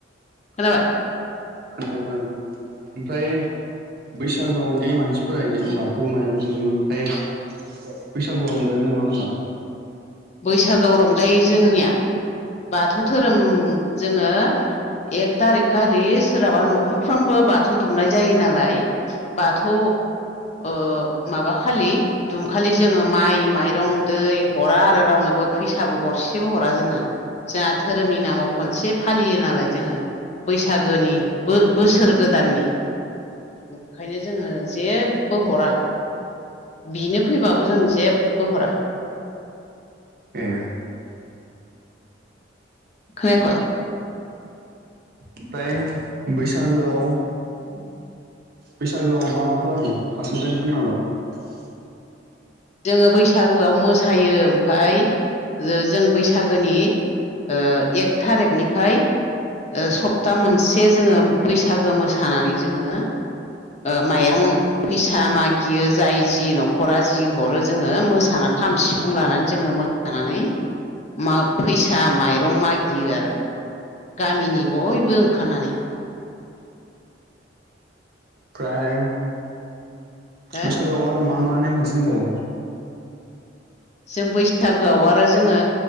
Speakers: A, on the left; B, on the right.
A: खोनाबाय
B: खोनादों खोनादों ओमफ्राय बैसागोआव दे मानसिफोरा इदि बाथौ माइबि दुमो ओमफ्राय बैसागु आव रजायोबो नामा होमबा
A: बैसागआव रंजायो जोंनिया बाथौ धोरोम जोङो एक थारिक खालि सोरहाबा न'खरफ्रामबो बाथौ दुमनाय जायो नालाय बाथौ ओ माबाखालि दुमखालि जोङो माइ माइरं दै हरा आरो रावनोबो फैसाबो गरसेबो हरा जोङो जोहा धोरोमनि नामाव खनसे फालियो नालाय जोङो बैसागोनि बो-बोसोर गोदाननि ओंखायनो जोङो जेबो हरा बिनो फैबाबो जों जेबो हरा
B: ए
A: खोनायाखय?
B: ओमफाय बैसागोआव
A: <inaudible>
B: बैसागोआव मा मा खालामो फारसेनिफ्राइ बुंनो <unintelligible>
A: जोङो बैसागोआव मोसायो ओमफाय जो जों बैसागोनि ओ एक थारिखनिफ्राय ओ सप्ता मोनसे जोङो बैसागो मोसा थानानै जोङो ओ माइरं फैसा मागियो जाय जि न'खरा जि हरो जोङो मोसानानै खाम सिफुं लानानै जोङो मोसानानै मा फैसा माइरं मागियो आरो। गामिनि बयबो ओंखारनानै।
B: प्राय
A: हो
B: बैसागोआव आरो मा मा नेम खान्थि दंबावो?
A: जों बैसागोआव आरो जोङो